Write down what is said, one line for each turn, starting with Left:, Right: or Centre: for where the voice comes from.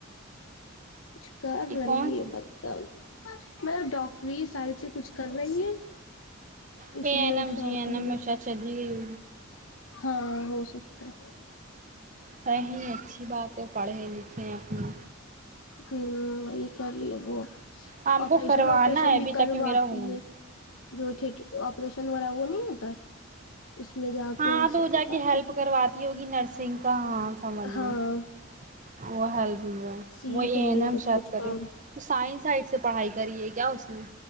Left: کچھ کر
Right: یہ
Left: رہی
Right: کون
Left: ہے
Right: سی
Left: بتا ہ <unintelligible> مطلب ڈاکری سائنس کچھ کر رہی ہے اس
Right: پے
Left: لیے
Right: ایین
Left: وہ
Right: ایم
Left: شام
Right: جی این ایم
Left: میں
Right: ہشہ چلی گئی
Left: ہاں ہو سکتا ہے
Right: سی اچھی بات ہے پڑھے لکھے اپنے
Left: ہوں یہ کر ل وہو <unintelligible>
Right: ہم
Left: آپریشن
Right: کو کروانا
Left: وپریشن
Right: ہے
Left: بھی
Right: ابھی
Left: کرواتی
Right: تک میرا ہونا
Left: ہے جو تٹر آریشن والا وہ نہیں ہوتا ہے اس میں جا
Right: ہاں
Left: کے سب
Right: تو وہ
Left: کرواتی
Right: جا کے ہیلپ کرواتی ہے یہ نرسنگ کا ہاں سماج
Left: ہے ہاں
Right: میں <unintelligible> وہ حل <inaudible>
Left: سیکھ
Right: وہ این
Left: رہی ہے سب
Right: ایم شاپ
Left: کچھ
Right: کری
Left: کام
Right: تو سائنس سے پڑھائی کری ہے کیا اس نے